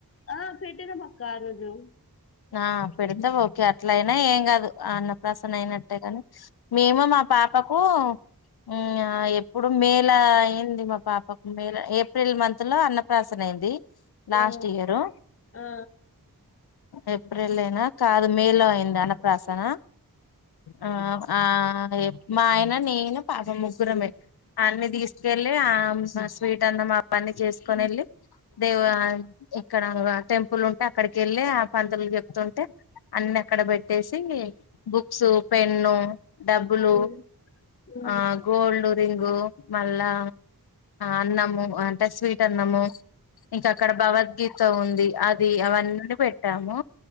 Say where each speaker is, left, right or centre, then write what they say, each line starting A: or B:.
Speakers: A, on the left; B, on the left.
A: ఆ పెట్టినం అక్క ఆ రోజు
B: ఆ పెడితే ఓ అట్ల అయినా ఏం కాదు ఆ అన్నప్రాసన్న అయినట్టే గాని మేము మా పాపకు ఆ ఎప్పుడు మేల అయింది మా పాపకు మేల ఏప్రిల్ మంత్ లో అన్నప ప్రసన్న అయింది లాస్ట్
A: ఆ
B: ఇయరు
A: ఆ
B: ఏప్రిల్ ఏన్నా కాదు మే లో అయింది అనప్రాసన ఆ ఆ మా ఆయన నేను పాప ముగ్గురమే అన్ని తీసుకెళ్ళి ఆ స్వీట్ అన్న మా పన్ని చేసుకొని వెళ్ళి దేవ ఇక్కడ టెంపుల్ ఉంటే అక్కడికి ఎళ్ళి పంతులు చెప్తుంటే అన్ని అక్కడ పెట్టేసి బుక్స్ పెన్ను డబ్బులు
A: ఉమ్ ఉమ్
B: ఆ గోల్డ్ రింగు మళ్ళా అన్నము అంటే స్వీట్ అన్నము ఇంక అక్కడ భగవద్గీత ఉంది అది అవన్నీ పెట్టాము